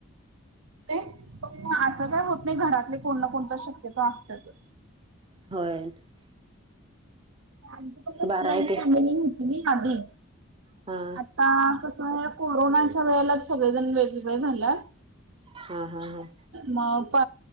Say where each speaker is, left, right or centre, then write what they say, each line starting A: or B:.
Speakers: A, on the right; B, on the right.
A: ते पण असं काय होत नाही घरातले कोण ना कोणत शक्यता असतच.
B: होय.
A: आमची फक्त
B: बरं
A: जॉईंट
B: आहे ते
A: फॅमिली होती मागे
B: हा
A: आता कस. कोरोनाच्या वेळेलाच सगळेजण वेगवेगळे झाल्यात.
B: हा हा हा.
A: मग प